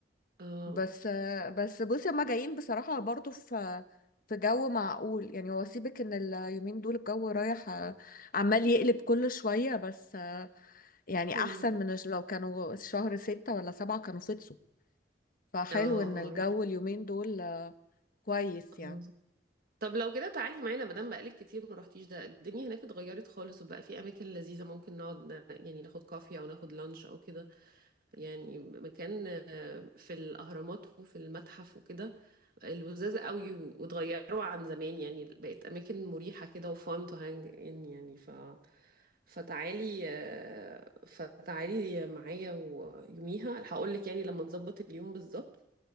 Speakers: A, on the right; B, on the left.
A: اه
B: بس بس بصي هما جايين بصراحة برضو في في جو معقول يعني هو سيبك ان اليومين دول الجو رايح آه، عمال يقلب كل شوية بس آه، يعني
A: مم.
B: احسن من الش- لو كانوا شهر ستة ولا سبعة كانوا فطسوا فحلو
A: اه
B: ان الجو اليومين دول آه، كويس يعني
A: اه طب لو كده تعالي معانا مادام بقالك كتير ما رحتيش ده الدنيا هناك اتغيرت خالص وبقى في اماكن لذيذه ممكن نقعد ن- يعني ناخد كافي او ناخد لانش او كده يعني مكان آه، في الاهرامات وفي المتحف وكده الوزاز قوي و- واتغيروا عن زمان يعني بقت اماكن مريحه كده وفان تو هانج ان يعني ف فتعالي آه، فتعالي معايا ويوميها هقول لك يعني لما نظبط اليوم بالظبط